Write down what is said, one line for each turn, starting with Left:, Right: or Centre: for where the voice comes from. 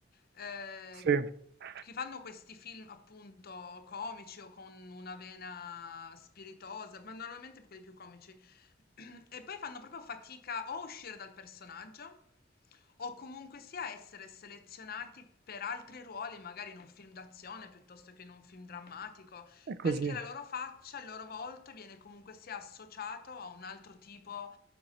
Left: eh,
Right: Sì, È
Left: che fanno questi film appunto comici o con una vena spiritosa, ma normalmente quelli più comici, <clears throat> e poi fanno proprio fatica o a uscire dal personaggio o comunque sia essere selezionati per altri ruoli, magari in un film d'azione piuttosto che in un film drammatico,
Right: così,
Left: perché la loro faccia, il loro volto viene comunque sia associato a un altro tipo